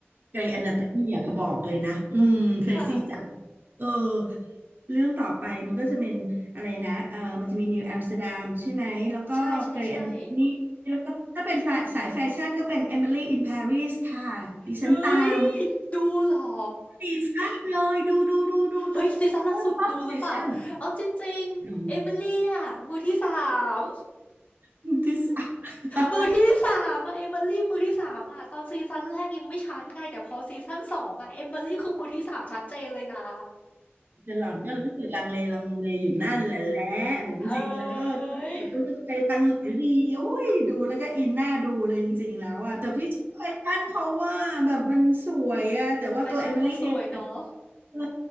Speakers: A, on the right; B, on the left.
A: เกรย์อนาโตมี่อะเขาบอกเลยนะอืมเครซี่จัด
B: ค่ะ
A: เออเรื่องต่อไปมันก็จะเป็นอะไรนะเออมันจะมีนิวอัมสเตอร์ดัมใช่ไหมแล้วก็เกรย์อนาโตมี่แล้วก็ถ้าเป็นสายสายแฟชั่นก็เป็นเอมิลี่อินปารีสค่ะดิฉันตาม
B: ใช่ใช่ใช่เนยดูเหรอ
A: สีสั้เลยดูดูดูดูดูเพราะว่าชอบแฟชั่น
B: เฮ้ยซีซั่นล่าสุดดูหรือเปล่าเอาจริงๆเอมิลีอะมือที่สาม
A: ดูดูที่สาม
B: มือที่สามอะเอมิลี่มือที่สามอะตอนซีซั่นแรกยังไม่ชัดไงแต่พอซีซั่นสองอะเอมิลี่คือมือที่สามชัดเจนเลยนะ
A: จะหล่อนก็รู้สึกลังเลลังเลอยู่นั่นแหละแหละแบบจริงๆแล้วเดี๋ยวก็ไม่รู้จะไปทางไหนดีโอ้ยดูแล้วก็อินหน้าดูเลยจริงๆแล้วอะแต่พี่ชอบแฟชั่นเขาว่าแบบมันสวยอะแต่ว่าตัวเอมิลี่เอง
B: เอ้ยแฟชั่นเขาสวยเนาะ
A: เออ